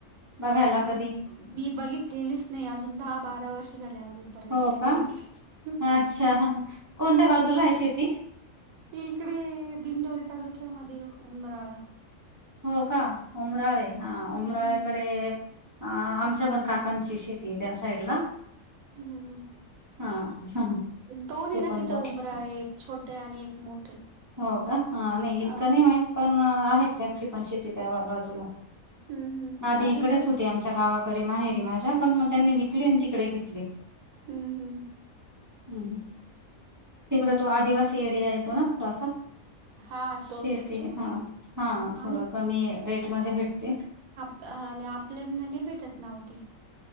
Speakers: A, on the right; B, on the right.
A: बघायला
B: आम्ही
A: कधी
B: मी बघितलेलीच नाही अजून, दहा बारा वर्ष झाले अजून. पर्यंत
A: हो
B: नाही
A: का
B: बघितली.
A: अच्छा कोणत्या बाजूला आहे शेती
B: इकडे दिंडोरी तालुक्यामध्ये उंबराळा.
A: हो का? उमराळे हां. उमराळेकडे-
B: हम्म
A: अ आमच्या पण काकांची शेती ए त्या साईड ला.
B: हम्म
A: हां. हं. हं.
B: दोन आहे
A: ते
B: ना
A: पण
B: तिथं
A: जात.
B: उंबरा एक छोटे आणि एक मोठे.
A: हो का? हं नाही
B: अ
A: इतकं नाही माहित. पण आहेत त्यांची पण शेती क त्या बाजूला.
B: हम्म हम्म
A: आधी
B: माझे
A: इकडेच
B: सासू
A: होते आमचे- च्या गावाकडे माहेरी माझ्या. पण मग त्यांनी विकली आणि तिकडे घेतली.
B: हम्म. हम्म.
A: हम्. तिकडं तो आदिवासी एरिया येतो ना थोडासा?
B: हा
A: शेती.
B: तोच त्याच्यामुळे
A: हा. हा. थोडं
B: आम
A: कमी रेटमध्ये भेटते.
B: आ आणि आपल्यांना नाही भेटत ना हो ती.